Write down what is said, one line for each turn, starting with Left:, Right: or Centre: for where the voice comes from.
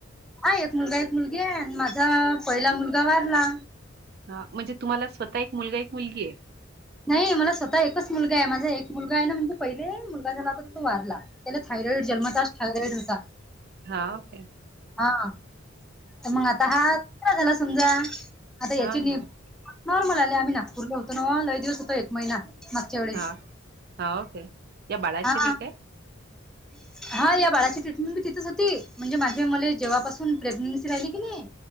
Centre: हा एक मुलगा एक मुलगी आहे. आणि माझा पहिला मुलगा वारला.
Right: हा म्हणजे तुम्हाला स्वतः एक मुलगा एक मुलगी आहे.
Centre: नाही मला स्वतः एकच मुलगा आहे माझा एक मुलगा आहे ना म्हणजे पहिले मुलगा झालाता तो वारला त्याला थयॉइड जन्ताास थयरॉइड होता
Right: हा ओके
Centre: हा तर मग आता हा झाला समजा आता याची
Right: हाव
Centre: नि
Right: ना
Centre: नॉर्मल आले आम्ही नागपूरले होतो ना लय दिवस होतो एक महिना. मागच्या वेळेस
Right: हा हा ओके या बाळाचे
Centre: हा
Right: नाही काय?
Centre: <inaudible> हा या बाळाची ट्रीटमेंट मी तिथेच होती म्हणजे माझे म जेव्हापासून प्रेग्नेन्सी राहिली की नाही